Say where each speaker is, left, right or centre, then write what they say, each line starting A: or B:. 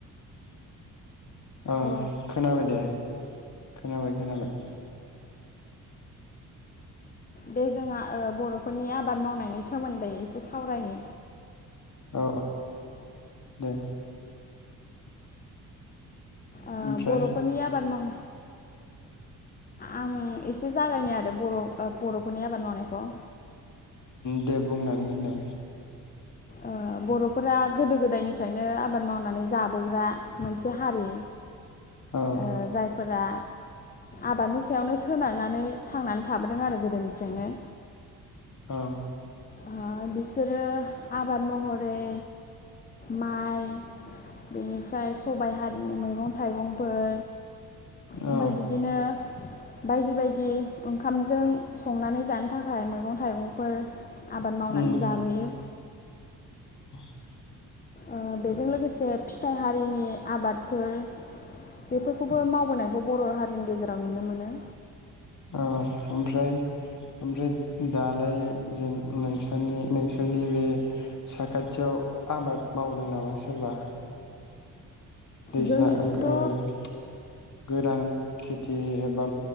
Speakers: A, on the left; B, on the left.
A: <inaudible> ओं
B: औ
A: खोनाबाय दे खोनाबाय खोनाबाय <inaudible>
B: दे जोंहा ओ बरफोरनि आबाद मावनायनि सोमोन्दै एसे सावरायनि
A: औ दे
B: ओ
A: ओमफ्राय
B: बरफोरनि आबाद माव आं एसे जागायनाय आरो बर बरफोरनि आबाद मावनायखौ
A: दे बुंनानै होदो
B: ओ बरफोरा गोदो गोदायनिफ्रायनो आबाद मावनानै जाबोग्रा मोनसे हारि।
A: औ
B: ओ जायफोरा आबादनि सायावनो सोनारनानै थांनानै थाबोदों आरो गोदोनिफ्रायनो।
A: औ
B: ओ बिसोरो आबाद महरै माइ बिनिफ्राय सबाइ हारिनि मैगं थाइगंफोर ओमफ्राय
A: औ
B: बिदिनो बायदि बायदि ओंखामजों संनानै जानो थाखाय मैगं थाइगंफोर आबाद मावनानै
A: उम
B: जाबोयो।
A: <inaudible>
B: ओ बेजों लोगोसे फिथाइ हारिनि आबादफोर बेफोरखौबो मावबोनायखौ बर हारिनि गेजेराव नुनो मोनो।
A: औ ओमफ्राय ओमफ्राय दालाय जों नोंसोरनि नोंसोरनि बे साखाथियाव आबाद मावदों नामा सोरबा? दैज्लां
B: जोंनिथिंथ'
A: <unintelligible> गोदान खेथि एबा